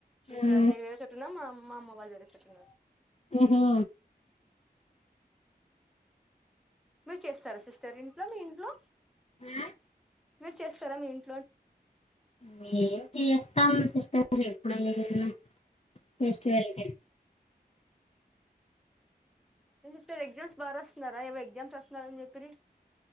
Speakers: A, in the centre; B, on the left (about 40°).
A: ఇక్కడ
B: ఉమ్,
A: నేన్ వేరే చోటున్నా, మా మా అమ్మ వాళ్ళు వేరే చోటున్నారు.
B: ఉహు.
A: మీర్ చేస్తారా సిస్టర్ ఇంట్లో, మీ ఇంట్లో.
B: ఉమ్.
A: మీర్ చేస్తారా, మీ ఇంట్
B: మేం చేస్తాం సిస్టర్ ఎప్పుడు <unintelligible> ఫెస్టివల్ కేల్
A: ఈ సార్ ఎగ్జామ్స్ బాగా రాస్తున్నారా, ఏవో ఎగ్జామ్స్ రాస్తున్న అని చెప్పిరి.